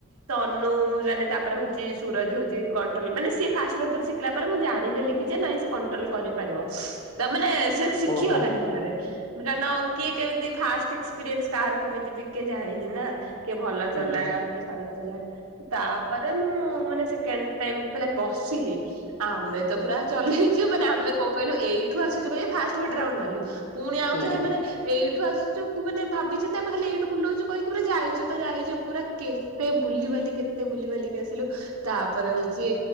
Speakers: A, on the right; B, on the left.
A: ତନୁ ଜାନେ ତାପରେ ହଉଚି ସୁରଜ ହଉଛି କଣ୍ଟ୍ରୋଲ, ମାନେ ସିଏ ଫାଷ୍ଟ ଗୋଟେ ଥର ସିଖ ସିଖିଲା ପରେ ମୁଁ ଜାଣିଦେଲି କି ଯେ, ନାଇଁ ସେ। କଣ୍ଟ୍ରୋଲ କରି ପାରିବ ତା ମାନେ ସେ ଶିଖି
B: ଓହୋ
A: ଗଲାଣି ଭଲରେ। ତମେ ଜାଣିନ, କିଏ କେମିତି ଫାଷ୍ଟ ଏକ୍ସପିରିଏନ୍ସ କାହାର କେମିତି ବି, କିଏ ଜାଣିନି ନା। କିଏ ଭଲ
B: ହୁଁ
A: ଚଲାଏ, ଆଉ କିଏ ଖରାପ୍ ଚଲାଏ। ତ ତା ପରେ ମୁଁ, ମାନେ ସେକେଣ୍ଡ ଟାଇମ୍ ଯେତେବେଳେ ବସିଲି। ଆମେ ତ ପୁରା ଚଲେଇ। ଚୁ ମାନେ ଆମେ କଁ କହିଲୁ, ଏଇଠୁ ଆସିଛୁ କହି ଫାଷ୍ଟ ଗୋଟେ ରାଉଣ୍ଡ୍ ମାରିଲୁ‌ ପୁଣି ଆଉ
B: ହୁଁ।
A: ଥରେ ମାନେ। ଏଇଠୁ ଆସିଛୁ ମାନେ ଭାବିଛନ୍ତି, ଆମେ ଖାଲି ଏଇଠୁ ବୁଲଉଛୁ କହିକି ପୁରା ଯାଇଛୁ ତ, ଯାଇଛୁ ପୁରା କେ ତେ ବୁଲିିବାଲି, କେତେ ବୁଲିି ବାଲିିକି ଆସିଲୁ। ତାପରେ ହଉଚି